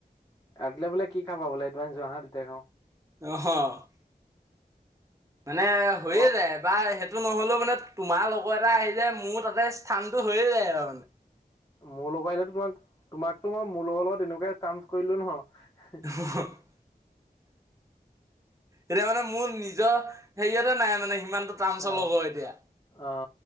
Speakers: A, on the left (about 20°); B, on the right (about 20°).
A: ৰাতিলে বোলে কি খাব বোলে এদমান যোৱা হাঁ দুটাই খাওঁ
B: অহ মানে হৈয়ে
A: অ
B: যায় এবাৰ হে সেটো নহ'লেও মানে তোমাৰ লগৰ এটা আহি যায় মোৰ তাতে স্থানটো হৈয়ে যায় আৰু মানে।
A: মোৰ লগত আহিলেতো তোমাক তোমাকতো মই মোৰ লগৰ লগত তেনেকুৱাই তামস কৰিলোঁ নহয়
B: <unintelligible> এতিয়া মানে মোৰ নিজৰ হেৰিয়তে নাই মানে সিমানটো টান
A: অ
B: চলক এতিয়া
A: অ